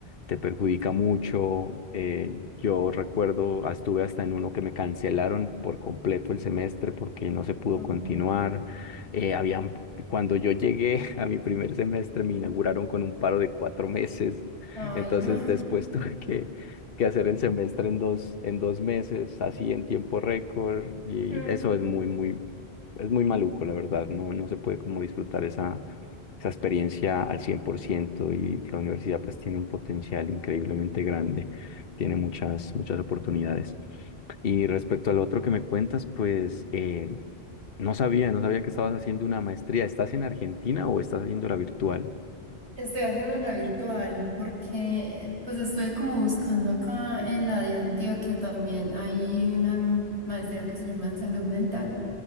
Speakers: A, on the left; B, on the right.
A: te perjudica mucho. eh, yo recuerdo, ah, estuve hasta en uno que me cancelaron por completo el semestre porque no se pudo
B: Mm.
A: continuar. Eh, habían, cuando yo llegué <laughs> a mi primer semestre, me inauguraron con un paro de cuatro meses.
B: Ay,
A: Entonces
B: no.
A: después <laughs> tuve que, que hacer el semestre en dos, en dos meses, así en tiempo récord. Y
B: <laughs>
A: eso es muy, muy, es muy maluco, la verdad. No, no se puede como disfrutar esa esa experiencia al 100% y la universidad pues tiene un potencial increíblemente grande, tiene muchas, muchas oportunidades. Y respecto al otro que me cuentas, pues eh, no sabía, no sabía que estabas haciendo una maestría. ¿Estás en Argentina o estás haciendo la virtual?
B: Estoy haciendo la virtual porque pues estuve como buscando acá en la de Antioquia también hay una m- maestría que se llama en salud mental,